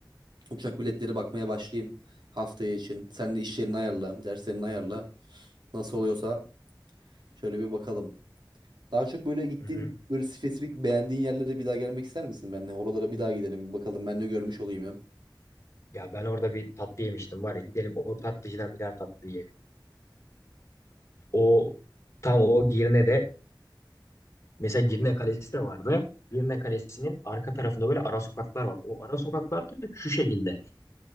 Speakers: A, on the right (about 65°); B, on the left (about 35°).
A: uçak biletleri bakmaya başlayayım haftaya için. Sen de işlerini ayarla, derslerini ayarla. Nasıl oluyorsa şöyle bir bakalım. Daha çok böyle gittiğin
B: Hı hı.
A: böyle spesifik beğendiğin yerlere bir daha gelmek ister misin benimle? Oralara bir daha gidelim bir bakalım. Ben ne görmüş olayım hem.
B: Ya ben orada bir tatlı yemiştim var ya gidelim o tatlıcıdan bir daha tatlı yiyelim. O tam o Girne'de mesela Girne Kalesi de vardı. Girne Kalesi'nin arka tarafında böyle ara sokaklar var. O ara sokaklar da şu şekilde.